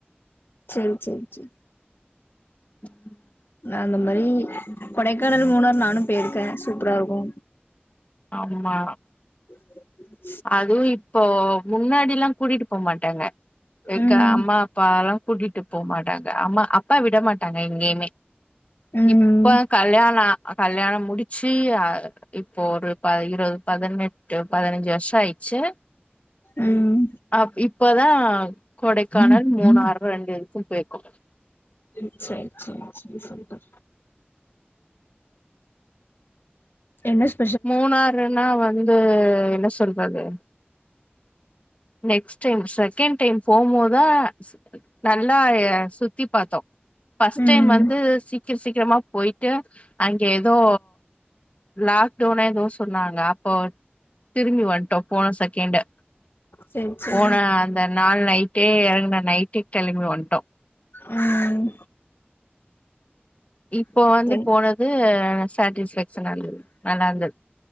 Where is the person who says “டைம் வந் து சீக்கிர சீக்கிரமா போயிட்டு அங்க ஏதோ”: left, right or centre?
Left